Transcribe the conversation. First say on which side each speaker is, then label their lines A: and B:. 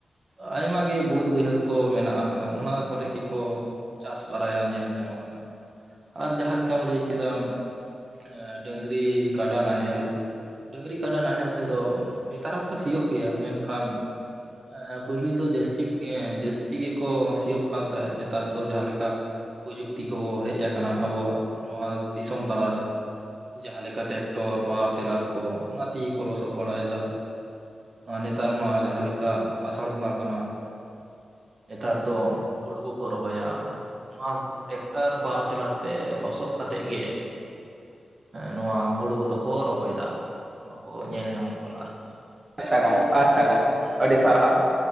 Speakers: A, on the right (about 55°); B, on the right (about 30°).
A: ᱟᱭᱢᱟ ᱜᱮ ᱵᱳᱫᱽ ᱵᱟᱹᱭᱦᱟᱹᱲ ᱠᱚ ᱢᱮᱱᱟᱜ ᱟᱠᱟᱫᱟ ᱚᱱᱟ ᱠᱚᱨᱮ ᱜᱮᱠᱚ ᱪᱟᱥ ᱵᱟᱨᱟᱭᱟ ᱧᱮᱞ ᱧᱟᱢ ᱟᱠᱟᱱᱟ ᱾ ᱟᱨ ᱡᱟᱦᱟᱸ ᱞᱮᱠᱟᱢ ᱞᱟᱹᱭ ᱠᱮᱫᱟ ᱮ ᱰᱟᱹᱝᱨᱤ, ᱠᱟᱰᱟ ᱱᱟᱦᱮᱞ ᱰᱟᱹᱝᱨᱤ, ᱠᱟᱰᱟ ᱱᱟᱦᱮᱞ ᱛᱮᱫᱚ ᱱᱮᱛᱟᱨ ᱦᱚᱸ ᱠᱚ ᱥᱤᱭᱳᱜ ᱜᱤᱭᱟ ᱢᱮᱱᱠᱷᱟᱱ ᱮ ᱯᱟᱹᱦᱤᱞ ᱫᱚ ᱡᱟᱹᱥᱛᱤ ᱠᱮ ᱡᱟᱹᱥ ᱛᱤ ᱜᱮᱠᱚ ᱥᱤᱭᱚᱜ ᱠᱟᱱ ᱛᱟᱦᱮᱸᱜ ᱱᱮᱛᱟᱨ ᱫᱚ ᱡᱟᱦᱟᱸ ᱞᱮᱠᱟ ᱯᱚᱡᱩᱠᱛᱤ ᱠᱚ ᱦᱮᱡ ᱟᱠᱟᱱᱟ ᱟᱵᱚᱣᱟᱜ ᱱᱚᱣᱟ ᱫᱤᱥᱚᱢ ᱛᱟᱞᱟᱨᱮ ᱡᱟᱦᱟᱸ ᱞᱮᱠᱟ ᱴᱮᱠᱴᱚᱨ, ᱯᱟᱣᱟᱨ ᱴᱮᱞᱟᱨ ᱠᱚ ᱚᱱᱟ ᱛᱮᱜᱮ ᱠᱚ ᱞᱚᱥᱚᱜ ᱵᱟᱲᱟᱭ ᱫᱟ ᱾ ᱟ ᱱᱮᱛᱟᱨ ᱢᱟ ᱡᱟᱦᱟᱸ ᱞᱮᱠᱟ ᱟᱥᱟᱲ ᱵᱚᱸᱜᱟ ᱠᱟᱱᱟ, ᱱᱮᱛᱟᱨ ᱫᱚ ᱦᱳᱲᱳ ᱠᱚᱠᱚ ᱨᱚᱦᱚᱭᱟ ᱾ ᱱᱚᱣᱟ ᱴᱮᱠᱴᱟᱨ ᱯᱟᱣᱟᱨ ᱴᱮᱞᱟᱨ ᱛᱮ ᱞᱚᱥᱚᱜ ᱠᱟᱛᱮᱜ ᱜᱮ ᱱᱚᱣᱟ ᱦᱳᱲᱳ ᱠᱚ ᱫᱚᱠᱚ ᱨᱚᱦᱚᱭ ᱫᱟ ᱱᱚᱣᱟ ᱠᱚ ᱧᱮᱞ ᱧᱟᱢᱚᱜ ᱠᱟᱱᱟ ᱟᱨᱠᱤ ᱾
B: ᱟᱪᱪᱷᱟ ᱜᱚᱝᱠᱮ ᱟᱪᱪᱷᱟ ᱜᱚᱢᱠᱮ ᱟᱹᱰᱤ ᱥᱟᱨᱦᱟᱣ